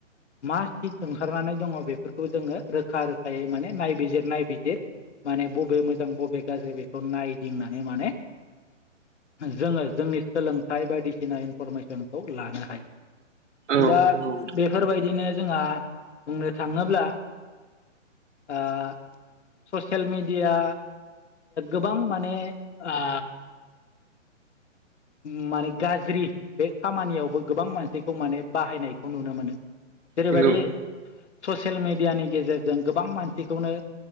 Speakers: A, on the left; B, on the right.
A: मा सिट ओंखारनानै दङ बेफोरखौ जोङो रोखा - रोखायै माने नायबिजिर नायबिजिर माने बबे मोजां बबे गाज्रि बेखौ नायदिंनानै माने जोङो जोंनि सोलोंथाइ बायदिसिना इनफरमेसनखौ लानो हायो।
B: उम
A: दा
B: औ
A: बेफोरबायदिनो जोंहा बुंनो थाङोब्ला ओ ससियेल मिडिया गोबां माने आ ओम माने गाज्रि बे खामानियावबो गोबां मानसैखौ माने बाहायनायखौ नुनो मोनो। जेरैबादि
B: नंगौ
A: ससियेल मिडियानि गेजेरजों गोबां मानसिखौनो